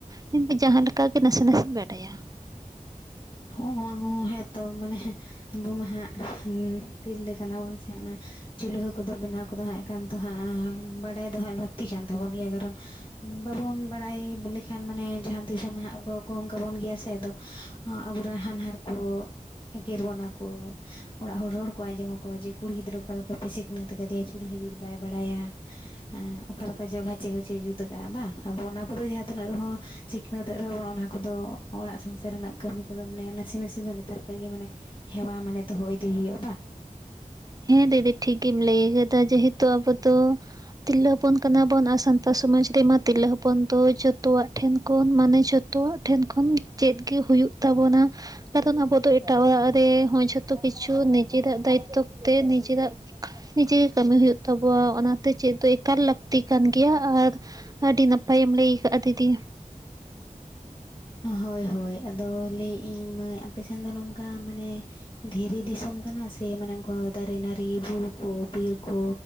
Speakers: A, on the right; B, on the left.
A: ᱠᱤᱱᱛᱩ ᱡᱟᱦᱟᱸ ᱞᱮᱠᱟ ᱜᱮ ᱱᱟᱥᱮ ᱱᱟᱥᱮᱧ ᱵᱟᱰᱟᱭᱟ
B: ᱦᱚᱸᱦᱚᱸ ᱱᱚ ᱦᱮᱸᱛᱚ ᱢᱟᱱᱮ ᱟᱵᱚ ᱢᱟ ᱦᱟᱸᱜ <unintelligible> ᱛᱤᱨᱞᱟᱹ ᱠᱟᱱᱟ ᱵᱚᱱ ᱥᱮ ᱦᱟᱸᱜ ᱚᱱᱮ ᱪᱩᱞᱦᱟᱹ ᱠᱚᱫᱚ ᱵᱮᱱᱟᱣ ᱠᱚᱫᱚ ᱦᱟᱸᱜ ᱮᱠᱟᱱᱛᱚᱜ ᱦᱟᱸᱜ ᱵᱟᱰᱟᱭ ᱫᱚ ᱦᱟᱸᱜ ᱞᱟᱹᱠᱛᱤ ᱠᱟᱱ ᱛᱟᱵᱚᱱ ᱜᱮᱭᱟ ᱠᱟᱨᱚᱱ ᱵᱟᱵᱚᱱ ᱵᱟᱲᱟᱭ ᱵᱚᱞᱮᱠᱷᱟᱱ ᱢᱟᱱᱮ ᱡᱟᱦᱟᱸ ᱛᱤᱥ ᱢᱟ ᱦᱟᱸᱜ ᱚᱠᱚᱭ ᱜᱚᱝ ᱠᱟᱵᱚᱱ ᱜᱮᱭᱟ ᱥᱮ ᱟᱫᱚ ᱦᱟᱸᱜ ᱟᱵᱚᱨᱮᱱ ᱦᱟᱱᱦᱟᱨ ᱠᱚ ᱮᱜᱮᱨ ᱵᱚᱱᱟ ᱠᱚ ᱚᱲᱟᱜ ᱦᱚᱲ ᱨᱚᱲ ᱠᱚ ᱟᱸᱡᱚᱢᱟᱠᱚᱣᱟ ᱡᱮ ᱠᱩᱲᱤ ᱜᱤᱫᱽᱨᱟᱹ ᱚᱠᱟ ᱞᱮᱠᱟᱯᱮ ᱥᱤᱠᱷᱱᱟᱹᱛ ᱠᱟᱫᱮᱭᱟ ᱪᱩᱞᱦᱟᱹ ᱡᱩᱫ ᱵᱟᱭ ᱵᱟᱲᱟᱭᱟ ᱮᱸᱻ ᱚᱠᱟ ᱞᱮᱠᱟ ᱪᱚ ᱜᱷᱟᱪᱮ ᱜᱷᱟᱪᱮ ᱡᱩᱛ ᱠᱟᱜᱼᱟ ᱵᱟᱝ ᱟᱫᱚ ᱚᱱᱟ ᱠᱚᱫᱚ ᱡᱟᱦᱟᱸ ᱛᱤᱱᱟᱹᱜ ᱨᱮᱦᱚᱸ ᱥᱤᱠᱷᱱᱟᱹᱛᱚᱜ ᱨᱮᱦᱚᱸ ᱵᱚᱱ ᱟᱱᱟ ᱠᱚᱫᱚ ᱚᱲᱟᱜ ᱥᱚᱝᱥᱟᱨ ᱨᱮᱱᱟᱜ ᱠᱟᱹᱢᱤ ᱠᱚᱫᱚ ᱢᱟᱱᱮ ᱱᱟᱥᱮ ᱱᱟᱥᱮ ᱫᱚ ᱱᱮᱛᱟᱨ ᱠᱷᱚᱡ ᱜᱮ ᱢᱟᱱᱮ ᱦᱮᱣᱟ ᱢᱟᱱᱮ ᱫᱚᱦᱚ ᱤᱫᱤ ᱦᱩᱭᱩᱜᱼᱟ ᱵᱟᱝ
A: ᱦᱮᱸ ᱫᱤᱫᱤ ᱴᱷᱤᱠ ᱜᱤᱢ ᱞᱟᱹᱭ ᱟᱠᱟᱫᱟ ᱡᱮᱦᱮᱛᱩ ᱟᱵᱚ ᱫᱚ ᱛᱤᱨᱞᱟᱹ ᱦᱚᱯᱚᱱ ᱠᱟᱱᱟ ᱵᱚᱱ ᱟᱨ ᱥᱟᱱᱛᱟᱲ ᱥᱚᱢᱟᱡᱽ ᱨᱮᱢᱟ ᱛᱤᱨᱞᱟᱹ ᱦᱚᱯᱚᱱ ᱛᱚ ᱡᱚᱛᱚᱣᱟᱜ ᱴᱷᱮᱱ ᱠᱷᱚᱱ ᱢᱟᱱᱮ ᱡᱷᱚᱛᱚᱣᱟᱜ ᱴᱷᱮᱱ ᱠᱷᱚᱱ ᱪᱮᱫ ᱜᱮ ᱦᱩᱭᱩᱜ ᱛᱟᱵᱚᱱᱟ᱾ ᱠᱟᱨᱚᱱ ᱟᱵᱚ ᱫᱚ ᱮᱴᱟᱜ ᱚᱲᱟᱜ ᱨᱮ ᱦᱚᱸ ᱡᱷᱚᱛᱚ ᱠᱤᱪᱷᱩ ᱱᱤᱡᱮᱨᱟᱜ ᱫᱟᱭᱤᱛᱛᱚ ᱛᱮ ᱱᱤᱡᱮᱨᱟᱜ ᱱᱤᱡᱮ ᱜᱮ ᱠᱟᱹᱢᱤ ᱦᱩᱭᱩᱜ ᱛᱟᱵᱚᱣᱟ ᱚᱱᱟᱛᱮ ᱪᱮᱫ ᱫᱚ ᱮᱠᱟᱞ ᱞᱟᱹᱠ ᱛᱤ ᱠᱟᱱ ᱜᱮᱭᱟ ᱟᱨ ᱟᱹᱰᱤ ᱱᱟᱯᱟᱭᱮᱢ ᱞᱟᱹᱭ ᱠᱟᱜᱼᱟ ᱫᱤᱫᱤ
B: ᱦᱳᱭ ᱦᱳᱭ ᱟᱫᱚ ᱞᱟᱹᱭᱮᱫ ᱤᱧ ᱢᱟᱹᱭ ᱟᱯᱮᱥᱮᱱ ᱫᱚ ᱱᱚᱝᱠᱟ ᱢᱟᱱᱮ ᱫᱷᱤᱨᱤ ᱫᱤᱥᱚᱢ ᱠᱟᱱᱟ ᱥᱮ ᱢᱟᱱᱮ ᱚᱝᱠᱟ ᱫᱟᱨᱮ ᱱᱟᱹᱨᱤ ᱵᱩᱨᱩ ᱠᱚ ᱵᱤᱨ ᱠᱚ